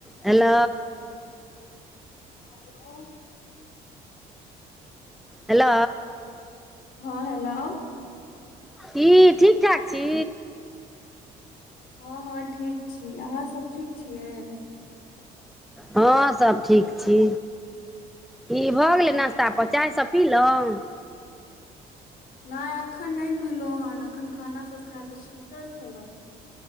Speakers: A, in the centre; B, on the left.
A: hello
B: हँ hello
A: hello
B: हँ hello
A: की ठीक ठाक छी
B: हँ हँ ठीक छी अहाँ सब ठीक छियै
A: हँ सभ ठीक छी की भऽ गेलै नाश्ता पान चाय सब पीलहुँ
B: नहि अखन नहि पीलहु हन अखन खाना सब खाय के सुतल छलहु